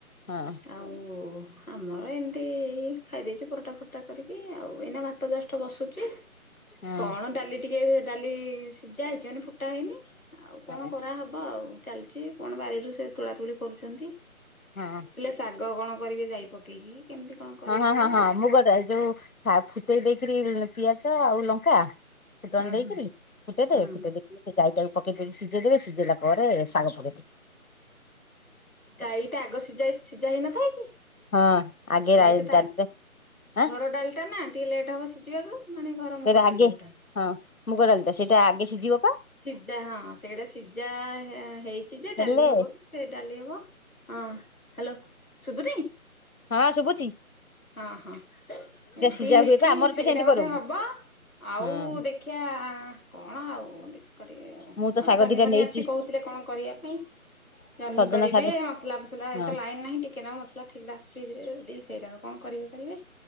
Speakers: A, on the left; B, in the centre.
A: ହଁ।
B: ଆଉ ଆମର ଏମିତି ଖାଇ ଦେଇଚୁ ପରଟା ଫରଟା କରିକି ଆଉ ଏଇନା ଭାତ ଜଷ୍ଟ ବସୁଛି
A: ହଁ
B: କଣ ଡାଲି ଟିକେ ଡ଼ାଲି ସିଝା ହେଇଛି ମାନେ ଫୁଟା ହେଇନି। ଆଉ
A: ହଁ
B: କଣ କରାହବ ଆଉ ଚାଲିଛି କଣ ବାରିରୁ ସେ ତୋଳା ତୁଳି କରୁଚନ୍ତି।
A: ହଁ।
B: ଶାଗ କଣ କରିବେ ଯାଇ ପକେଇକି କେମିତି କଣ କରିବେ
A: ହଁ
B: ବୋଲି
A: ହଁ, ହଁ
B: ହୁଁ
A: ମୁଗ ଡ଼ାଲ ଯଉ ଫୁଟେଇ ଦେଇକରି ପିଆଜ ଆଉ ଲଙ୍କା ଫୁଟଣ
B: ହୁଁ
A: ଦେଇକିରି ଫୁଟେଇ
B: ହୁଁ
A: ଦେବେ ଫୁଟେଇ ଦେଇ ସେ ଯାଇତାହିକି ପକେଇ ଦେଇ ସିଝେଇଦେବେ ସିଝେଇଲା ପରେ ଶାଗ ପକେଇଦେବେ।
B: ଯାଇଟା ଆଗ ସିଝା ସିଝା ହେଇନଥାଏ କି?
A: ହଁ ଆଗେ
B: ଯାଇଟା ତା
A: ଡାଲିରେ ଆଁ
B: ଘର ଡ଼ାଲିଟା ନା ଟିକେ ଲେଟ୍ ହବ ସିଝିବାକୁ। ମାନେ ଘର ମୁଗ
A: ସେଇଟା
B: ଡ଼ାଲି
A: ଆଗେ
B: ଯୋଉଟା।
A: ହଁ ମୁଗ ଡ଼ାଲିଟା ସେଇଟା ଆଗେ ସିଝିବ ପା।
B: ସିଝା ହଁ ସେଇଟା ସିଝା ହେଇଛି ଯେ
A: ହେଲେ
B: ଡ଼ାଲି ହବ କି ସେ ଡ଼ାଲି ହବ। ହଁ ହ୍ୟାଲୋ ଶୁଭୁତିି
A: ହଁ ଶୁବୁଛି
B: ହଁ, ହଁ ଏନ୍ତି
A: ସିଝା
B: ହେଇଛି
A: ହୁଏ ପା ଆମର
B: ସେଇଟା
A: ବି ସେମିତି
B: ବୋଧେ
A: କରୁ
B: ହବ। ଆଉ
A: ହଁ
B: ଦେଖିଆ କଣ ଆଉ କରି
A: ମୁଁ ତ
B: କଣ
A: ଶାଗ
B: ଜହ୍ନି,
A: ଦିଟା
B: ପହ୍ନି
A: ନେଇଛି
B: ଅଛି କହୁ କଣ କରିବା ପାଇଁ ଜହ୍ନି
A: ସଜନା
B: କରିବେ
A: ଶାଗ
B: ମସଲା ଫସଲା
A: ହଁ
B: ଏତ ଲାଇନ ନାହିଁ ଟିକେ ମସଲା ଥିଲା ଫ୍ରିଜରେ ଦ ସେଇରାଗ କଣ କରିବେ କରିବେ